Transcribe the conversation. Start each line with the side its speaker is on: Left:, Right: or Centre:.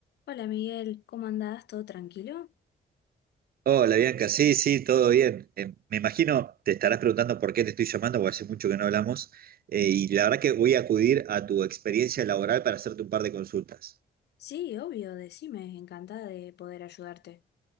Left: Hola Miguel, ¿cómo andás? ¿Todo tranquilo?
Right: Hola Bianca, sí, sí, todo bien. Eh, me imagino te estarás preguntando por qué te estoy llamando, porque hace mucho que no hablamos, eh, y la verdad que voy a acudir a tu experiencia laboral para hacerte un par de consultas.
Left: Sí, obvio, decime, encantada de poder ayudarte.